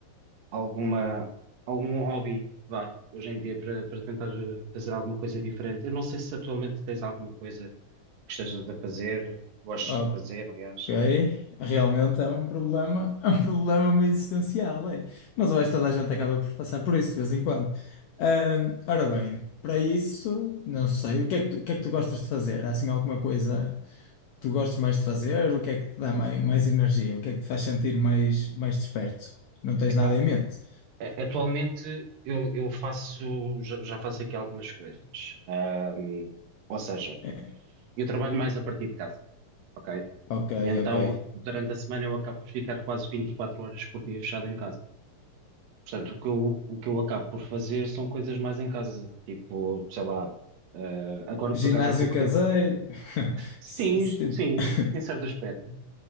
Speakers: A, on the right; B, on the left.
A: alguma, algum hobby, vá, hoje em dia para, para tentar eh, fazer alguma coisa diferente. Eu não sei se atualmente tens alguma coisa que estejas a fazer, gostes
B: Ah,
A: de fazer, aliás.
B: Ok. Realmente é um problema, é um problema muito existencial, é. Mas eu acho que toda a gente acaba por passar por isso de vez em quando. Ah, ora bem, para isso, não sei, o que é que tu, o que é que tu gostas de fazer? Há assim alguma coisa que tu gostes mais de fazer? O que é que te dá mais, mais energia? O que é que te faz sentir mais, mais desperto? Não tens
A: Epá,
B: nada em mente?
A: a- atualmente eu, eu faço, já, já faço aqui algumas coisas. Ahm, ou seja,
B: É,
A: eu trabalho mais a partir de casa, ok?
B: Ok,
A: E então,
B: ok.
A: durante a semana, eu acabo por ficar quase 24 horas por dia fechado em casa. Portanto, o que eu, o que eu acabo por fazer são coisas mais em casa, tipo, sei lá, eh, agora
B: Ginásio
A: por acaso há pouco
B: caseiro?
A: tempo.
B: <laughs>
A: Sim,
B: Se- se tipo-
A: sim,
B: <laughs>
A: em certo aspecto.